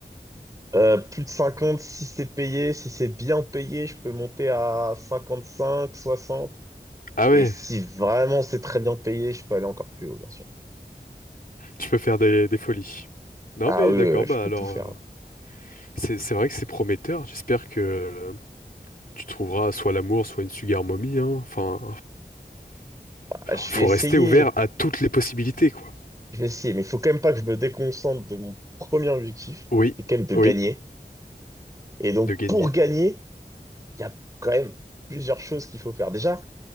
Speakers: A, on the right; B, on the left.
A: Euh, plus de 50, si c'est payé, si c'est bien payé, je peux monter à 55, 60.
B: Ah ouais,
A: Et si vraiment c'est très bien payé, je peux aller encore plus haut, bien sûr.
B: tu peux faire des, des folies. Non
A: Ah
B: mais
A: oui,
B: d'accord,
A: oui, oui,
B: bah
A: je peux
B: alors,
A: tout faire.
B: euh, c'est c'est vrai que c'est prometteur. J'espère que euh, tu trouveras soit l'amour, soit une sugar mommy, hein. Enfin,
A: Ah, je
B: faut
A: vais essayer.
B: rester ouvert à toutes les possibilités, quoi.
A: Je vais essayer, mais il faut quand même pas que je me déconcentre de mon premier objectif,
B: Oui,
A: qui est quand même de
B: oui,
A: gagner. Et donc,
B: de gagner.
A: pour gagner, il y a quand même plusieurs choses qu'il faut faire. Déjà,